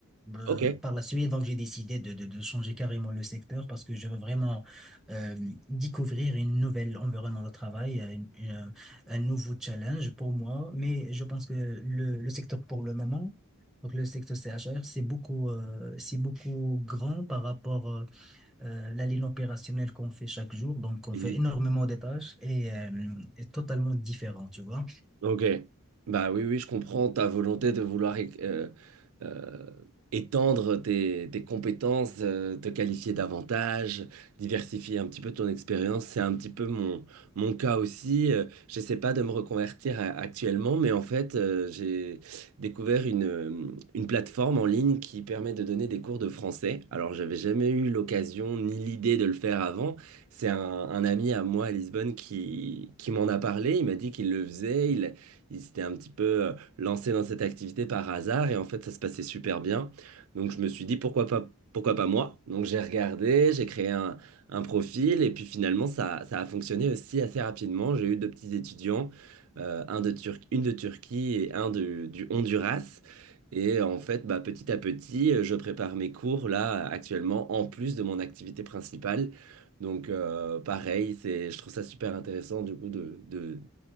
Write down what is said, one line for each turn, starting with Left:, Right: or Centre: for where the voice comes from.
Centre: euh,
Right: Ok.
Centre: par la suite, donc, j'ai décidé de, de- de changer carrément le secteur parce que je veux vraiment euh, découvrir une nouvelle environnement de travail, euh, une- une- un nouveau challenge pour moi. Mais je pense que le, le secteur pour le moment, donc le secteur C H R c'est beaucoup, euh, c'est beaucoup grand par rapport euh, euh, la ligne opérationnelle qu'on fait chaque jour. Donc, on
Right: Mhm.
Centre: fait énormément de tâches et euh, est totalement différent, tu vois.
Right: Ok, bah oui, oui, je comprends ta volonté de vouloir euh, euh, étendre tes, tes compétences, euh, te qualifier davantage, diversifier un petit peu ton expérience. C'est un petit peu mon, mon cas aussi. Euh, j'essaie pas de me reconvertir a- actuellement, mais en fait, euh, j'ai découvert une, euh, une plateforme en ligne qui permet de donner des cours de français. Alors, j'avais jamais eu l'occasion ni l'idée de le faire avant. C'est un, un ami à moi à Lisbonne qui, qui m'en a parlé. Il m'a dit qu'il le faisait ils s'étaient un petit peu euh, lancés dans cette activité par hasard et en fait ça se passait super bien. Donc je me suis dit pourquoi pas, pourquoi pas moi? Donc j'ai regardé, j'ai créé un, un profil et puis finalement ça, ça a fonctionné aussi assez rapidement. J'ai eu deux petits étudiants, euh, un de Tur- une de Turquie et un de- du Honduras. Et en fait, bah, petit à petit, euh, je prépare mes cours là actuellement en plus de mon activité principale. Donc euh, pareil, c'est, je trouve ça super intéressant du coup de, de,